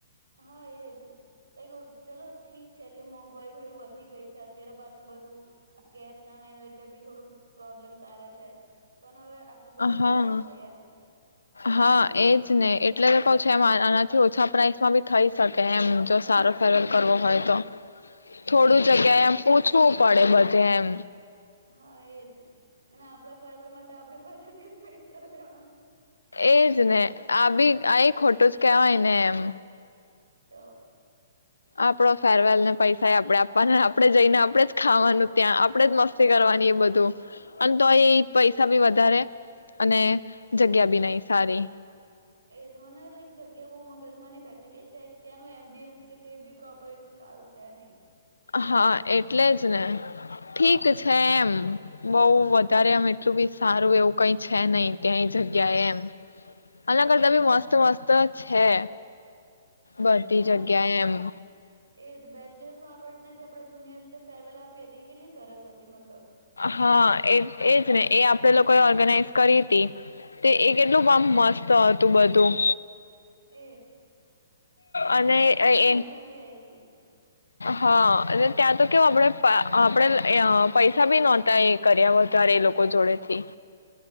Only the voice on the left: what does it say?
હા,
હા એજ ને એટલે લોકો થી ઓછા પ્રાઇસમાં બી થઈ શકે એમ જો સારો ફેરવેલ કરવો હોય તો. થોડું
જગ્યાએ એમ ઓછું પડે બધે એમ.
એજ ને આ બી આ એ ખોટું જ કેહેવાય ને એમ.
આપડો ફેરવેલ ને પૈસા એ આપણે આપવાનો આપણેે જઈને આપણેે જ ખાવાનું ત્યાં આપણેે જ મસ્તી કરવાની એ બધું, અને તો એ પૈસા બી વધારે. અને જગ્યા બી નઈ સારી.
હા એટલે જ ને, ઠીક છે એમ બઉ વધારે એમ એટલું બી સારું એવું કઈ છે નહી ક્યાંય જગ્યા એમ. આના
કરતા બી મસ્ત મસ્ત છે. બધી
જગ્યાએ
એમ
હા એ એજ ને એ લોકોએ ઓર્ગેનાઈઝ કરી હતી, તે એ કેટલું મસ્ત હતું બધું.
અને
એ
હા અને ત્યાં તો કેવ આપણે આપણે પૈસા બી નહોતા એ કર્યા વધારે એ લોકો જોડે થી.